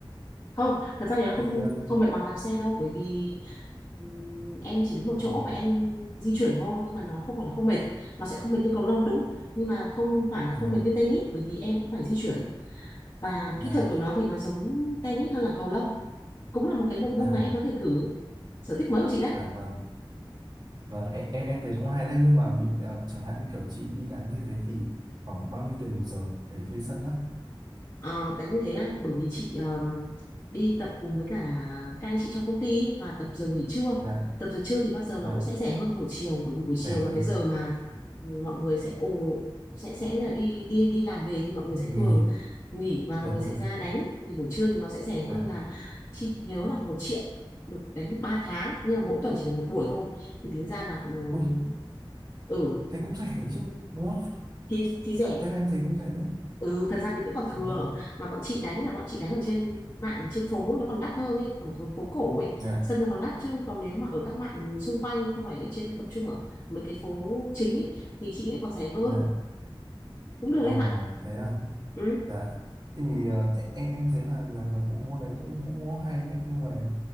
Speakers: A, on the left; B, on the right.
A: không thật ra thì nó
B: thì
A: không
B: à
A: không mệt bằng đạp xe đâu bởi vì ừm, em chỉ đứng một
B: ừ,
A: chỗ và em di chuyển thôi nhưng mà nó không phải là không mệt nó sẽ không mệt như cầu lông đúng nhưng mà không phải là
B: nào,
A: không mệt như tennis bởi vì em cũng phải di chuyển và
B: dạ
A: kỹ thuật của nó thì nó giống tennis hơn là cầu lông cũng là một cái bộ môn
B: à
A: mà em có thể thử sở thích mới của chị đấy
B: dạ vâng vâng em em em thấy cũng hay đấy nhưng mà bình ờ, chẳng hạn như kiểu chị đi đánh như thế thì khoảng bao nhiêu tiền một giờ để thuê sân á
A: Ờ, tại như thế á, bởi vì chị ờm, đi tập cùng với cả các anh chị trong công ty và tập giờ nghỉ trưa.
B: dạ
A: Tập giờ trưa thì bao giờ
B: dạ
A: nó cũng sẽ rẻ hơn buổi chiều bởi vì buổi chiều
B: rẻ
A: là
B: hơn
A: cái giờ mà mọi người sẽ ồ sẽ sẽ là đi đi đi làm về thì mọi người
B: nghỉ
A: sẽ thường nghỉ và mọi
B: đúng
A: người
B: rồi
A: sẽ ra đánh thì buổi trưa thì nó sẽ rẻ hơn
B: dạ
A: là chị nhớ là một triệu được đánh được 3 tháng nhưng mà mỗi tuần chỉ được một buổi thôi thì tính ra là cũng
B: ui
A: ừ
B: thế cũng rẻ chứ đúng không
A: thì thì rẻ
B: Thế là em thấy cũng thế,
A: ừ thật ra thì vẫn còn thừa
B: Ừ.
A: mà bọn chị đánh là bọn chị đánh ở trên mạng trên phố nó còn đắt hơn ấy ở đường phố cổ ấy
B: Dạ,
A: sân nó còn đắt chứ còn nếu mà ở các mạng xung quanh không phải ở trên tập trung ở mấy cái phố chính ấy thì chị nghĩ là còn rẻ hơn
B: dạ.
A: cũng được
B: Ồ,
A: em ạ
B: thế à.
A: ừ.
B: Dạ. Thì ờ, thế em em thấy là là là bộ môn đấy cũng cũng hay đấy nhưng mà